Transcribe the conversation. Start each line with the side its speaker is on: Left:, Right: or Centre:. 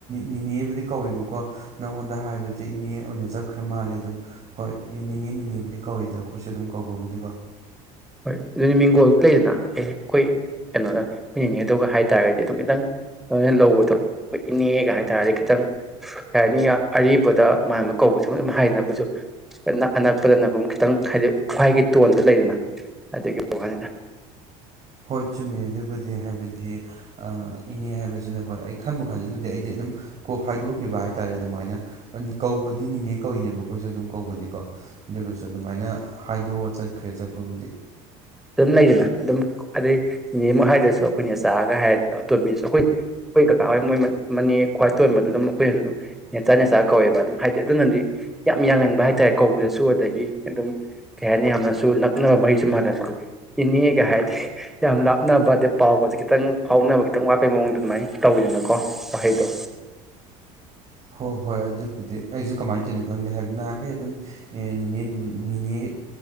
Right: ꯅꯤꯅꯦꯕꯨꯗꯤ ꯀꯧꯋꯦꯕꯀꯣ ꯅꯪꯉꯣꯟꯗ ꯍꯥꯏꯕꯁꯦ ꯏꯅꯦ ꯑꯣꯏꯅ ꯆꯠꯈ꯭ꯔ ꯃꯥꯜꯂꯦ ꯑꯗꯨꯝ ꯍꯣꯏ ꯅꯤꯅꯦ ꯅꯤꯅꯦꯕꯨꯗꯤ ꯀꯧꯏꯗ ꯑꯩꯈꯣꯏꯁꯨ ꯑꯗꯨꯝ ꯀꯧꯕꯕꯨꯗꯤꯀꯣ
Centre: ꯍꯣꯏ ꯑꯗꯨꯅꯤ ꯃꯤꯡꯒꯣꯜ ꯂꯩꯗꯅ ꯑꯦ ꯑꯩꯈꯣꯏ ꯀꯩꯅꯣꯗ ꯑꯩꯈꯣꯏ ꯅꯤꯅꯦꯗꯣꯒ ꯍꯥꯏ ꯍꯥꯏꯇꯥꯔꯒꯗꯤ ꯑꯗꯨꯝ ꯈꯤꯇꯪ ꯂꯣꯏꯅ ꯂꯧꯕꯗꯣ ꯈꯣꯏ ꯏꯅꯦꯒ ꯍꯥꯏꯇꯥꯔꯗꯤ ꯈꯤꯇꯪ ꯀꯩ ꯍꯥꯏꯅꯤ ꯑꯔꯤꯕꯗ ꯃꯥꯟꯕ ꯀꯧꯕꯁꯤ ꯑꯗꯨꯝ ꯍꯥꯏꯗꯅ ꯑꯩꯈꯣꯏꯁꯨ ꯑꯅꯛꯄꯗꯅ ꯈꯤꯇꯪ ꯍꯥꯏꯗꯤ ꯈ꯭ꯋꯥꯏꯒꯤ ꯇꯣꯟꯗ ꯂꯩꯗꯅ ꯑꯗꯨꯒꯤ ꯋꯅꯤꯗ
Right: ꯍꯣꯏ ꯆꯨꯝꯃꯦ ꯑꯗꯨꯕꯨꯗꯤ ꯍꯥꯏꯕꯗꯤ ꯏꯅꯦ ꯍꯥꯏꯕꯁꯤꯅ ꯍꯣꯏ ꯑꯩ ꯈꯟꯕꯨ ꯈꯟꯖꯤꯂꯗꯤ ꯑꯩꯗꯤ ꯑꯗꯨꯝ ꯀꯣ ꯍꯥꯏꯗꯣꯛꯈꯤꯕ ꯍꯥꯏꯇꯥꯔꯦ ꯑꯗꯨꯃꯥꯏꯅ ꯀꯧꯕꯗꯤ ꯅꯤꯅꯦ ꯀꯧꯏꯅꯦꯕ ꯑꯩꯈꯣꯏꯁꯨ ꯑꯗꯨꯝ ꯀꯧꯕꯗꯤ ꯀꯣ ꯑꯗꯨꯒꯁꯨ ꯑꯗꯨꯃꯥꯏꯅ ꯍꯥꯏꯗꯣꯛꯑ ꯆꯠꯈ꯭ꯔꯦ ꯆꯠꯄꯕꯨꯗꯤ
Centre: ꯑꯗꯨꯝ ꯂꯩꯗꯅ ꯑꯗꯨꯝ ꯑꯗꯩ ꯅꯤꯅꯦꯃꯛ ꯍꯥꯏꯗꯔꯁꯨ ꯑꯩꯈꯣꯏꯅ ꯅꯦꯆꯥꯒ ꯍꯥꯏ ꯑꯇꯣꯝꯕꯤꯁꯨ ꯑꯩꯈꯣꯏ ꯑꯩꯈꯣꯏ ꯀꯥꯀꯥ ꯃꯣꯏ ꯃꯅꯦ ꯈ꯭ꯋꯥꯏ ꯇꯣꯟꯕꯗꯨ ꯑꯗꯨꯝ ꯃꯈꯣꯏꯅꯁꯨ ꯑꯗꯨꯝ ꯅꯦꯆꯥ ꯅꯦꯆꯥ ꯀꯧꯋꯦꯕ ꯑꯗꯨꯝ ꯍꯥꯏꯗꯤ ꯑꯗꯨꯅꯗꯤ ꯌꯥꯝ ꯌꯥꯡꯍꯟꯕ ꯍꯥꯏꯇꯥꯔꯦ ꯀꯧꯕꯗꯁꯨ ꯑꯗꯒꯤ ꯑꯗꯨꯝ ꯀꯩ ꯍꯥꯏꯅꯤ ꯌꯥꯝꯅꯁꯨ ꯅꯛꯅꯕ ꯃꯔꯤꯁꯨꯝ ꯃꯥꯜꯍꯕ‌ꯗ‌ꯣ ꯏꯅꯦꯒ ꯍꯥꯏꯔꯗꯤ ꯌꯥꯝ ꯂꯥꯞꯅꯕ ꯑꯗꯩ ꯄꯥꯎꯒꯁꯦ ꯈꯤꯇꯪ ꯐꯥꯎꯅꯕ ꯈꯤꯇꯪ ꯋꯥꯠꯄꯩ ꯃꯑꯣꯡꯗ ꯑꯗꯨꯃꯥꯏꯅ ꯇꯧꯋꯗꯅꯀꯣ ꯋꯥꯍꯩꯗꯣ
Right: ꯍꯣ ꯍꯣꯏ ꯑꯗꯨꯕꯨꯗꯤ ꯑꯩꯁꯨ ꯀꯃꯥꯏꯅ ꯇꯧꯔꯤꯅꯣ ꯈꯪꯗꯦ ꯍꯥꯏꯕꯗꯤ ꯅꯍꯥꯟꯈꯩ ꯑꯗꯨꯝ ꯑꯦ ꯅꯤꯅ‌ꯦ ꯅꯤꯅ‌ꯦ ꯅꯤꯅ‌ꯦ